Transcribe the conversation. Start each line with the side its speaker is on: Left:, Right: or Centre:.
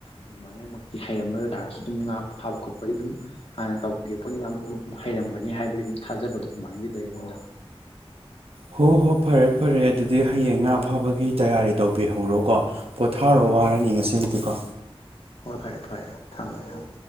Left: ꯑꯗꯨꯃꯥꯏꯅꯃꯛꯇꯤ ꯍꯩꯔꯝꯃꯔꯕ ꯇꯥꯔꯒꯁꯨ ꯑꯗꯨꯝ ꯉꯥ ꯐꯥꯕ ꯈꯣꯠꯄꯗꯤ ꯑꯗꯨꯝ ꯍꯥꯟꯅ ꯇꯧꯕꯤꯒꯦ ꯑꯗꯨꯝ ꯍꯩꯔꯝꯒꯅꯤ ꯍꯥꯏꯕꯒꯤ ꯑꯗꯨꯝ ꯊꯥꯖꯕꯗꯣ ꯑꯗꯨꯃꯥꯏꯅ ꯂꯩꯖꯩ ꯑꯩꯉꯣꯟꯗ
Right: ꯍꯣ ꯍꯣ ꯐꯔꯦ ꯐꯔꯦ ꯑꯗꯨꯗꯤ ꯍꯌꯦꯡ ꯉꯥ ꯐꯥꯕꯒꯤ ꯇꯌꯥꯔꯤ ꯇꯧꯕꯤꯍꯧꯔꯣ ꯀꯣ ꯄꯣꯊꯥꯔꯣ ꯋꯥꯔꯅꯤ ꯉꯁꯤꯒꯤꯗꯤꯀꯣ
Left: ꯍꯣꯏ ꯐꯔꯦ ꯐꯔꯦ ꯊꯝꯃꯒꯦ ꯊꯝꯃꯦ